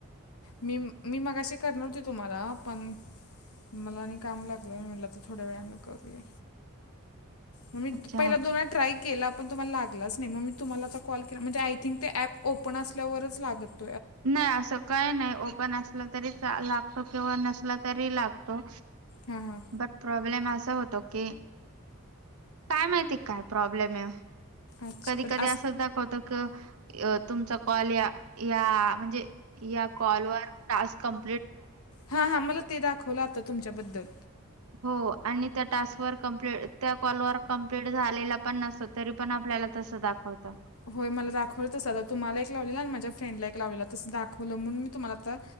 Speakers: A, on the left; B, on the right.
A: मी मी मगाशी करणार होती तुम्हाला पण मला आणि काम लागलं म्हटलं तर थोड्या वेळानं करूया. मग मी
B: अच्छा
A: पहिला दोन वेळा ट्राय केला पण तुम्हाला लागलाच नाही मग मी तुम्हाला आता कॉल म्हणजे आय थिंक ते ॲप ओपन असल्यावरच लागत.
B: नाही असं काही नाही ओपन असलं तरी लागतो किंवा नसला तरी लागतो.
A: हां हां
B: बट प्रॉब्लेम असा होतो की काय माहिती काय प्रॉब्लेम आहे.
A: अच्छा
B: कधी
A: अरे
B: कधी असं दाखवत क तुमचा कॉल या या म्हणजे या कॉलवरर टास्क काम.
A: हा हा मला ते दाखवलं आता तुमच्याबद्दल
B: हो आणि त्या टास्क वर कमप्लीट त्या कॉलवरर कम्प्लीट झालेला पण नसत तरी पण आपल्याला तस. असं दाखवत.
A: होय मला दाखवलं तसं आता तुम्हाला एक लावलेलं आणि माझ्या् फ्रेड ला एक लावलेला तस दाखवलं म्हणून मी तुम्हाला आता.